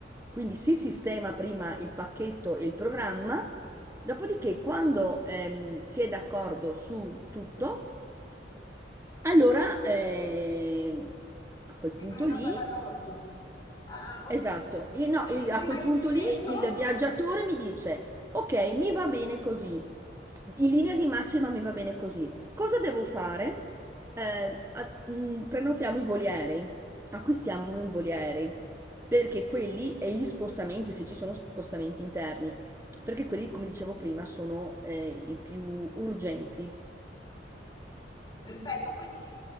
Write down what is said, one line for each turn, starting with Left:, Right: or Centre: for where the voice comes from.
Right: Quindi si sistema prima il pacchetto e il programma, dopodiché quando ehm, si è d'accordo su tutto, allora eh, a quel
Left: Si
Right: punto
Left: prenota
Right: lì
Left: l'alloggio. Ah, ok.
Right: Esatto, E no,
Left: Quindi
Right: il-
Left: prima
Right: a quel
Left: il
Right: punto
Left: biglietto
Right: lì il viaggiatore mi dice, ok, mi va bene così, in linea di massima mi va bene così, cosa devo fare? Eh, a- mh, prenotiamo i voli aerei, acquistiamo i voli aerei, perché quelli e gli spostamenti, se ci sono spostamenti interni, perché quelli, come dicevo prima, sono eh, i più urgenti,
Left: Perfetto, quindi